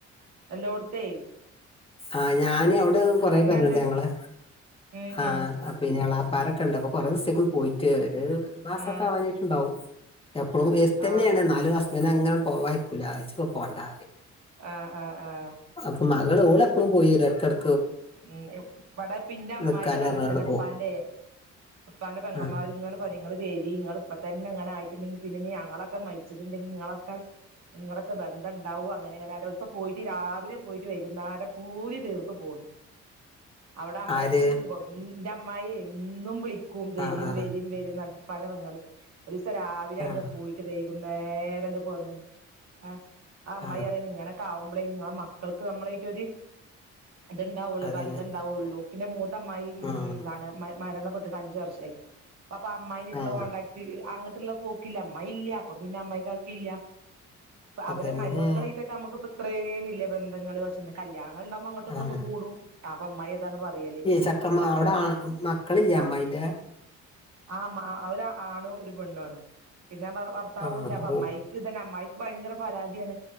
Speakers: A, on the right; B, on the left.
A: എല്ലോട്ത്തെ?
B: ആഹ് ഞാന് അവിടെ കൊറെ
A: തന്നെണ്ട്
B: ബന്ധണ്ട് ഞങ്ങളെ
A: ഉം
B: ആഹ
A: ഉം
B: എളാപ്പാരൊക്കെണ്ട് അപ്പൊ കൊറേ സേക്കും പോയിട്ട് ഒര് മാസൊക്കാവാനായിട്ടുണ്ടാവും
A: ആ
B: എപ്പോഴും വെര്ത്തന്നെയാണ്
A: ആ
B: ന്നാലും അസ്ബന്റങ്ങനെ പോവാനയ്‌ ആഹ് ജ്പ്പൊ പോണ്ടാറിം
A: ആഹ് ആഹ് ആഹ്
B: അവട്ക്ക് മകള് ഓളപ്പളും പോയെരും ഇടക്കെട്
A: ഉംഹ് വടെപ്പിന്റെ അമ്മായള്
B: നിക്കാന്
A: അങ്ങൻത്തന്നെ
B: പറഞ്ഞവിടെ പോകും
A: പ്പാന്റെ പ്പാന്റെ പെങ്ങന്മാര്
B: ഉം.
A: ങ്ങെ ങ്ങള് വെരിങ്ങള് പ്പത്തന്നെങ്ങനായിട്ട് ണ്ടെങ്കിപിന്നെ നി ഞങ്ങളൊക്കെ മരിച്ചിട്ടുണ്ടെങ്കിൽ ങ്ങളൊക്കെ നിങ്ങളൊക്കെ ബന്ധുണ്ടാവുമോ ഇങ്ങളൊക്കെ ബന്ധണ്ടാവൊങ്ങനെ അങ്ങനെ ദെവസം പോയിട്ട് രാവിലെ പോയിട്ട് വൈകുന്നേരം പൂതി തീർത്തു പോന്നു അവിടെ അമ്മായിറ്റ്ന്റെ
B: ആര്
A: ന്റെ അമ്മായെ എന്നും വിളിക്കും വേരീം
B: ആ ആ
A: വേരീം വേരീം ന്നറിഞ്ഞിട്ട് പരവെങ്ങളിൽ ഒരുസം രാവിലാണ്ട്
B: ആ
A: പോയി വൈകുന്നേരണ്ട് പോന്ന് ആ ഹ് ആമ്മായറിയാണ്
B: ആ
A: ഇങ്ങനെ- ക്കാവ്ബ്ലെ ങ്ങളെ മക്കൾക്ക് മ്മളായിട്ട് ഒരു ഇത്ണ്ടാവുള്ളു
B: അതന്നെ
A: ബന്ധം ഉണ്ടാവുള്ളൂ മൂത്തമ്മായി എന്താണ്
B: ഉം
A: മരണപ്പെട്ടിട്ട് അഞ്ച വർഷായി അപ്പപ്പൊ മ്മായിന്റെീറ്റുള്ള
B: ആ
A: കോൺടാക്ട് അങ്ങോട്ടുള്ള പോക്കില്ല അമ്മായില്ല അപ്പൊ പിന്നെ അമ്മായിക്കാക്കെല്ല അവരെ
B: അതന്നെ
A: മരുക്കളായിട്ടമ്മക്ക് ഇത്രേന്നി ല്ലേ ബന്ധങ്ങള് ക്ഷെ കല്യാണങ്ങൾണ്ടാവുമ്പോ അങ്ങോ പ്പംങ്ങോട്ടും
B: ആ
A: കൂടും അപ്പ അമ്മായതാണ് പറയല്
B: ചെക്കമാ അവ്‌ടാ മക്കളില്ലേ അമ്മായിന്റെ
A: ആ മ്മാ ഒരാണും ഒരു പെണ്ണാണ് പിന്നെ ഭർത്താവുണ്ട്
B: ആഹ്
A: അപ്പൊമ്മായി
B: ഓ
A: ക്ക്തന്നെ അമ്മായിക്ക് ഭയങ്കര പരാതിയാണ്